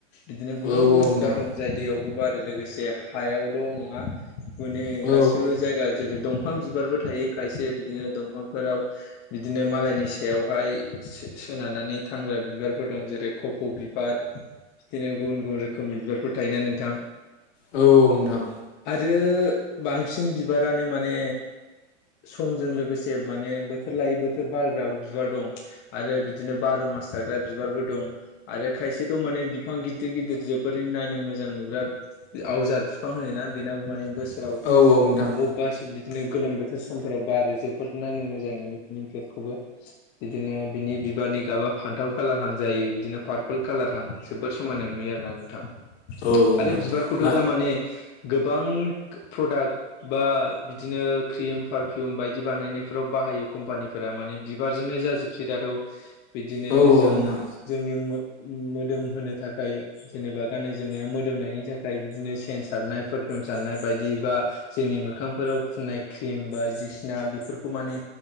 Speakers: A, on the left (about 30°); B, on the left (about 60°).
A: बिदिनो गुबुन
B: औ औ
A: गुबुन
B: नोंथां
A: बिबार दं जाय दैयावबो बारो लोगोसे हायावल' नङा मानेगासिबो
B: औ
A: जायगा जेरै दंफां बिबारबो थायो खायसे बिदिनो दंफांफोराव बिदिनो मालायनि सायावहाय सोनारनानै थांग्रा बिबारफोर दं जेरै कफ' बिबार बिदिनो गुबुन गुबुन रोखोमनि बिबारफोर थायोना नोंथां
B: औ औ नोंथां
A: आ रो बांसिन बिबारानो माने समजों लोगोसे माने बोथोर लायै बोथोर बारग्राबो बिबार दं आरो बि दिनो बार' मास जाग्रा बिबारबो दं आरो खायसेथ' माने बिफां गिदिर गिदिर जोबोरै नायनो मो जां नुग्रा आवजार फिफां होनोना बेनाबो माने बोसोराव
B: औ औ नोंथां
A: बबेबा सुब नो गोलोम बोथोर समफोराव बारो जोबोद नायनो मोजां नुयो बिनि बिबारखौबो बिदिनो बिनि बि बारनि गाबा फान्थाव कालारहां जायो बिदिनो पारपोल कालारहां जोबोद समायना नुयो आरोना नोंथां। आरो
B: औ नोंथां
A: बिबारखौथ'
B: मा
A: दा माने गोबां प्रडाक्ट बा बिदिनो क्रिम पारफिउम बायदि बानायनायफ्राव बाहायो कम्पानिफोरा माने बिबारजोंनो जाजोबसै दाथ' बिदिनो
B: औ
A: जों
B: औ नोंथां
A: जोंनि मो मोदोम होनो थाखाय जेनेबा गाननाय जोमनायाव मोदोमनायनि थाखाय बिदिनो सेन सारनायफोर नाफाम सारनाय बायदि बा जोंनि मोखांफोराव फुननाय क्रिम बायदिसिना बेफोरखौ माने